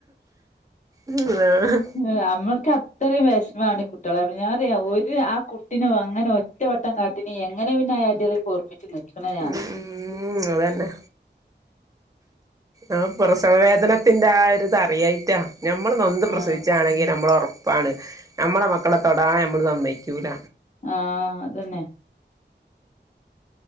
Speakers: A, on the right (about 20°); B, on the left (about 40°).
A: ഉം ആഹ്
B: ആ് അമ്മൾക്ക് അത്രയും വെഷ്മാണ് കുട്ട്യാളെപ് ഞാൻറി ഒര് ആ കുട്ടിനെ അങ്ങനെ ഒറ്റ ഒറ്റവട്ടം കാട്ടീന് എങ്ങനെ പിന്നെ അയാദ്യാളെ പൊർപ്പിച്ച് നിക്ണ്
A: മ് മ്മ് അതന്നെ ആ പ്രസവ വേദനത്തിന്റെ ആ ഒര്ത് അറിയായിറ്റാ നമ്മള് നൊന്ത് പ്രസവിച്ചാണെങ്കിൽ
B: ആഹ്
A: നമ്മള് ഒറപ്പാണ് നമ്മളെ മക്കളെ തൊടാൻ നമ്മള് സമ്മയ്ക്കൂല
B: ആഹ് അതന്നെ